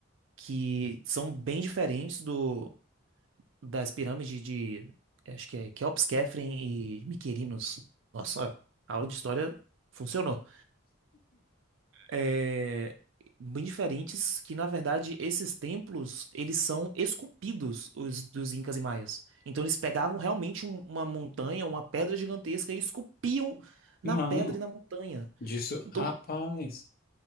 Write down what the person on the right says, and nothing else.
que são bem diferentes do das pirâmides de, eh, acho que é Keops, Khafre e Miquerinos. Nossa, a aula de história funcionou. É, bem diferentes que, na verdade, esses templos, eles são esculpidos, os dos Incas e Maias. Então eles pegavam realmente um- uma montanha, uma pedra gigantesca e esculpiam na
pedra e na montanha.
Então,